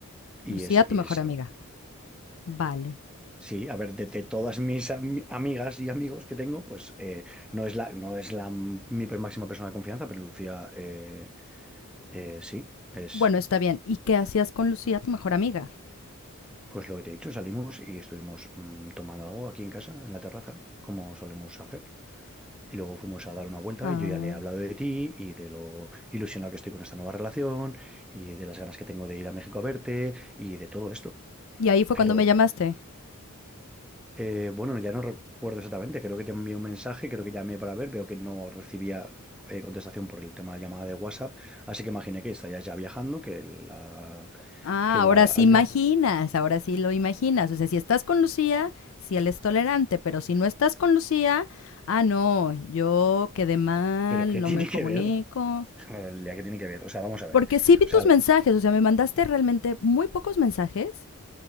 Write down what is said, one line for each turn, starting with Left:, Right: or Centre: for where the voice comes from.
Centre: Y
Left: Lucía,
Centre: es,
Left: tu
Centre: y
Left: mejor
Centre: es
Left: amiga. Vale.
Centre: Sí, a ver, de, de todas mis ami- amigas y amigos que tengo, pues eh, no es la, no es la m- mi per- máxima persona de confianza, pero Lucía, eh, eh, sí, es
Left: Bueno, está bien. ¿Y qué hacías con Lucía, tu mejor amiga?
Centre: pues lo que te he dicho, salimos y estuvimos mm, tomando algo aquí en casa, en la terraza, como solemos hacer. Y luego fuimos a dar una vuelta
Left: Ah.
Centre: y yo ya le he hablado de ti y de lo ilusionado que estoy con esta nueva relación y de las ganas que tengo de ir a México a verte y de todo esto.
Left: Y ahí fue
Centre: Pero
Left: cuando me llamaste.
Centre: Eh, bueno, ya no recuerdo exactamente, creo que te envié un mensaje, creo que llamé para ver, veo que no recibía eh, contestación por el tema de llamada de WhatsApp, así que imaginé que estarías ya viajando, que la...
Left: Ah,
Centre: que
Left: ahora
Centre: la...
Left: sí
Centre: al
Left: imaginas,
Centre: no haz-
Left: ahora sí lo imaginas. O sea, si estás con Lucía, si él es tolerante, pero si no estás con Lucía, ah, no, yo quedé mal,
Centre: Pero ¿qué
Left: no
Centre: <laughs> tiene
Left: me comunico.
Centre: que ver? <laughs> Realidad, ¿Qué tiene que ver? O sea, vamos a ver.
Left: Porque sí vi
Centre: O
Left: tus
Centre: sea,
Left: mensajes, o sea, me mandaste realmente muy pocos mensajes.